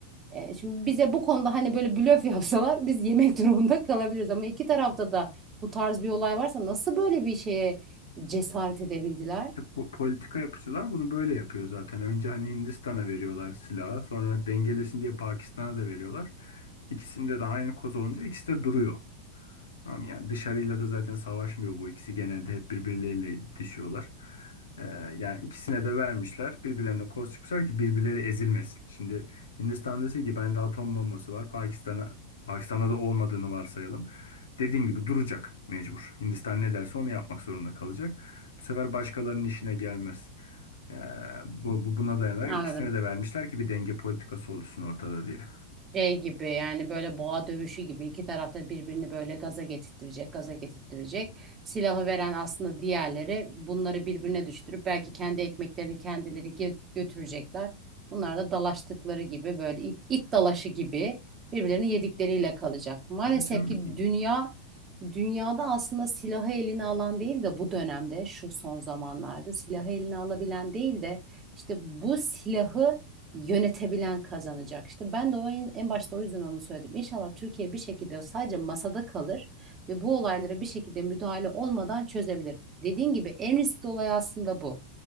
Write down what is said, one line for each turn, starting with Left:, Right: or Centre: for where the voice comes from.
Right: Ee, şimdi bize bu konuda hani böyle blöf <laughs> yapsalar biz yemek <laughs> durumunda kalabiliriz. Ama iki tarafta da bu tarz bir olay varsa nasıl böyle bir şeye cesaret edebildiler?
Left: Po- politika yapıcılar bunu böyle yapıyor zaten. Önce hani Hindistan'a veriyorlar silahı, sonra dengelesin diye Pakistan'a da veriyorlar. İkisinde de aynı koz olunca ikisi de duruyor. Tamam yani dışarıyla da zaten savaşmıyor bu ikisi. Genelde hep birbirleriyle itişiyorlar. Ee, yani ikisine de vermişler. Birbirlerine koz çıkmışlar ki birbirleri ezilmesin. Şimdi Hindistan dese ki bende atom bombası var. Pakistan'a Pakistan'da da olmadığını varsayalım. Dediğin gibi duracak mecbur. Hindistan ne derse onu yapmak zorunda kalacak. Bu sefer başkalarının işine gelmez. Ee, bu, bu buna dayanarak
Right: Anladım.
Left: ikisine de vermişler ki bir denge politikası oluşsun ortada diye.
Right: Şey gibi yani böyle boğa dövüşü gibi iki tarafta birbirini böyle gaza getirttirecek, gaza getirttirecek. Silahı veren aslında diğerleri bunları birbirine düşürüp belki kendi ekmeklerini kendileri ge- götürecekler. Bunlar da dalaştıkları gibi böyle it, it dalaşı gibi birbirlerini yedikleriyle kalacak. Maalesef
Left: Tabii canım
Right: ki
Left: gi-
Right: dünya dünyada aslında silahı eline alan değil de bu dönemde şu son zamanlarda silahı eline alabilen değil de işte bu silahı yönetebilen kazanacak işte. Ben de o en en başta o yüzden onu söyledim. İnşallah Türkiye bir şekilde sadece masada kalır ve bu olaylara bir şekilde müdahale olmadan çözebilir. Dediğin gibi en riskli olay aslında bu.